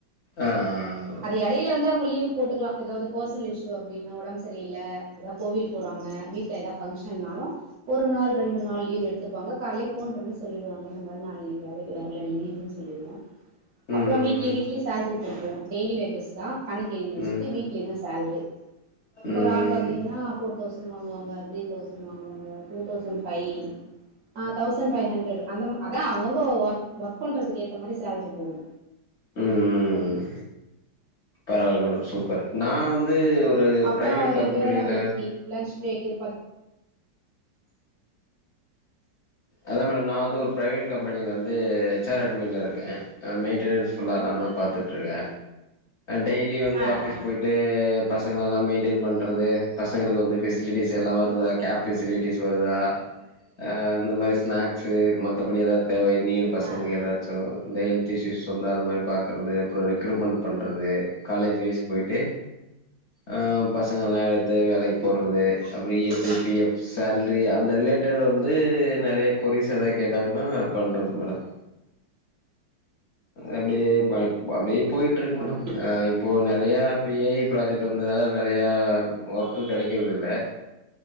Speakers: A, on the left; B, on the right.
A: ஆ ஆ
B: அது இடையில வந்து அவுங்க லீவு போட்டுக்கலா எதாவது பெர்சனல் இஷ்யூ அப்டின்னா ஒடம்பு சரியில்ல எதாவது கோவில் போறாங்க வீட்ல எதா பங்க்சனாலு ஒரு நாள் ரெண்டு நாள் லீவு எடுத்துப்பாங்க கால்லயே ஃபோன் பண்ணி சொல்லிடுவாங்க இந்த மாதிரி நா இன்னைக்கு வேலைக்கு வரல லீவுனு சொல்லிடுவோ
A: ம்
B: அப்றோ வீக்லி weekly salary போட்ருவோ daily wages தா கணக்கு எழுதி வச்சுட்டு
A: ம்
B: வீக்லி தா சேல்ரி
A: ம்
B: ஒரு ஆள் பாத்தீங்கன்னா ஃபோர் தௌச சண்ட் வாங்குவங்க த்ரீ தௌசண்ட் வாங்குவாங்க டூ தௌசண்ட் ஃபை ஆ தௌசண்ட் ஃபைவ் ஹண்ட்ரட் அந்த அதா அவுங்கவுங்க ஒர்க் ஒர்க் பண்றதுக்கு ஏத்த மாதிரி சேல்ரி போடுவோ
A: ம் ம் ம் பரவால்ல மேடம் சூப்பர் நா வந்து ஒரு
B: அப்புறோ
A: பிரைவேட் கம்பெனில
B: ரெண்டு வேளை அவுங்களுக்கு டீ லன்ச் பிரேக்கு
A: அதான் மேடம் நா வந்து ஒரு பிரைவேட் கம்பெனியில வந்து ஹச் ஆர் அட்மின்ல இருக்கே மெயின்டனன்ஸ் ஃபுல்லா நான் தா பாத்துட்டுருக்கே டெய்லியு வந்து
B: ஆ
A: ஆஃபீஸ்
B: ஆ
A: போயிட் இது பசங்கள எல்லா மெயின்டன் பண்றது பசங்களுக்கு வந்து ஃபெசிலிட்டிஸ் எல்லா வருதா கேப் ஃபெசிலிட்டிஸ் வருதா ஆ இந்த மாரி ஸ்நாக்ஸு மத்தபடி எதாவது தேவை நீடு பசங்களுக்கு
B: ஆ ஆ
A: எதாச்சு ம் இந்த ஹெல்த் இஸ்யூஸ் சொன்னா அது மாதிரி பாக்கறது அப்புற ரெக்ரூமெண்ட் பண்றது காலேஜ் வைஸ் போயிட்டு ஆ பசங்கள் எல்லா எடுத்து வேலைக்கு
B: ம்
A: போட்றது அப்புற இ
B: ம்
A: எஸ் ஐ பி ஃஎப் சேல்ரி அந்த ரிலேட்டட் வந்து நிறைய கொரிஸ் எதாவது கேட்டாங்கன்னா பண்றது மேடம் அப்டியே அப்டியே போயிட்டுருக்கு
B: சரிங்க
A: மேடம் அ இப்போ நிறைய ப ஏ ஐ ப்ராஜெக்ட் வந்ததால நறைய ஒர்க்கு கெடைக்கறது இல்ல